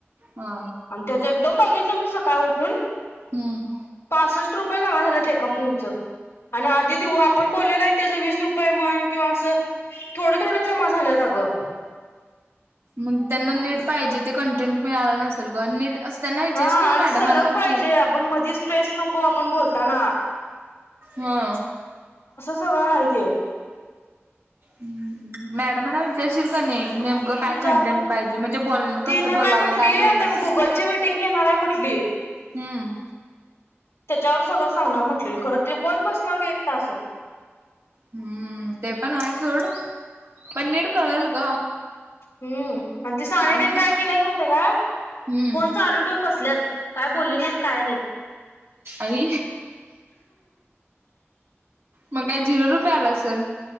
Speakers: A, on the right; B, on the left.
A: हा
B: आणि त्याचा एक एकदम बघितल मी सकाळी उठून
A: हम्म
B: पासष्ट रुपये दा झाल ते एका फोनचं आणि आधी देऊ आपण बोललेला आहे त्याचं वीस रुपये म्हण किंवा, अस थोडं थोड जमा झालंत अगं
A: मग त्यांना नीट पाहिजे ते कंटेंट मिळाला नसेल ग नीट असं त्यांना विचारशील
B: हा
A: की नाही
B: आणि
A: मॅडमांना
B: सलग पाहिजे,
A: की
B: आपण मधीच पेस नको आपण बोलताना
A: हा.
B: सगळ आहे ते
A: हम्म. मॅडमना वि विचारशील का नाही, नेमकं काय
B: विचारलं
A: कंटेंट पाहिजे म्हणजे, ब
B: ती
A: कस
B: न
A: बोलावं
B: म्हटली
A: काय बोलावं
B: आता मी गुगलची मिटिंग घेणार आहे म्हटली
A: हम्म.
B: त्याच्यावर सगळं सांगणार म्हटलेल, खरं ते कोण बसणार का एक तास
A: हम्म ते पण आहे सोड पण नीट कळल ग
B: हम्म आणि ति सान
A: आणि
B: देन काय केल्यात माहिती का
A: हम्म
B: फोन चालू ठेऊून बसल्यात, काय बोलली नाहीत काय नाहीत
A: आई मग काय जिरो रु मिळाला असल